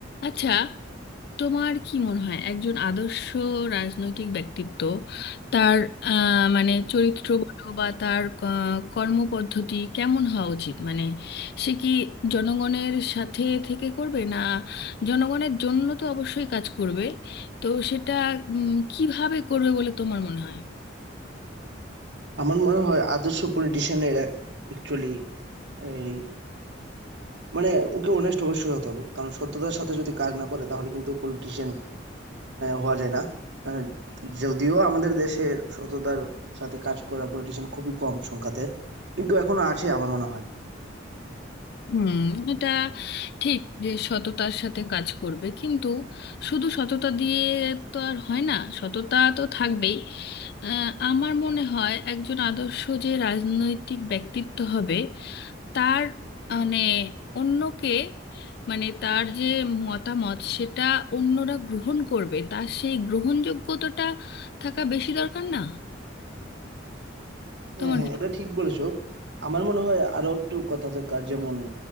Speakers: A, on the left; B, on the right.
A: আচ্ছা তোমার কি মনে হয় একজন আদর্শ রাজনৈতিক ব্যক্তিত্ব তার আহ, মানে চরিত্র বলো বা তার আহ, কর্মপদ্ধতি কেমন হওয়া উচিত মানে সে কি জনগণের সাথে থেকে করবে না জনগণের জন্য তো অবশ্যই কাজ করবে তো সেটা উম, কিভাবে করবে বলে তোমার মনে হয়
B: আমার মনে হয় আদর্শ পলিটিশিয়ানের অ্যাকচুয়ালি এই মানে ওকে অনেস্ট অবশ্যই হতে হবে কারণ সততার সাথে যদি কাজ না করে তাহলে কিন্তু পলিটিশিয়ান হওয়া যায় না আহ, যদিও আমাদের দেশে সততার সাথে কাজ করা পলিটিশিয়ান খুবই কম সংখ্যাতে কিন্তু এখনো আছে আমার মনে হয়
A: হুম এটা ঠিক যে সততার সাথে কাজ করবে কিন্তু শুধু সততা দিয়ে তো আর হয় না সততা তো থাকবেই আহ, আমার মনে হয় একজন আদর্শ যে রাজনৈতিক ব্যক্তিত্ব হবে তার মানে অন্যকে মানে তার যে মতামত সেটা অন্যরা গ্রহণ করবে তার সেই গ্রহণযোগ্যতাটা থাকা বেশি দরকার না
B: হ্যাঁ
A: তোমার
B: হ্যাঁ
A: কি
B: এটা ঠিক বলেছো আমার মনে হয় আরো একটু কথা দরকার যেমন